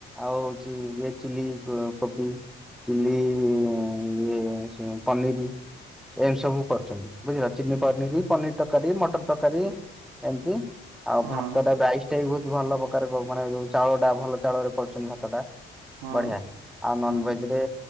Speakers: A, in the centre; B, on the right.
A: ଆଉ ହଉଛି ଇଏ ଚିଲି କୋବି ଚିଲି ୟେ ସେ ପାନୀରି। ଏମି ସବୁ କରୁଛନ୍ତି, ବୁଝିଲ ଚିଲି ପନିର, ପନିର ତରକାରୀ, ମଟର ତରକାରୀ, ଏମତି ଆଉ ଭାତଟା,
B: ହଁ
A: ରାଇସ ଟା ବି ବହୁତ ଭଲ ପ୍ରକାର ମାନେ ଯ ଚାଉଳ ଟା, ଭଲ ଚାଉଳରେ କରୁଛନ୍ତି ଭାତ ଟା।
B: ହଁ
A: ବଢିଆ ଆଉ ନନ
B: ହଁ
A: ଭେଜରେ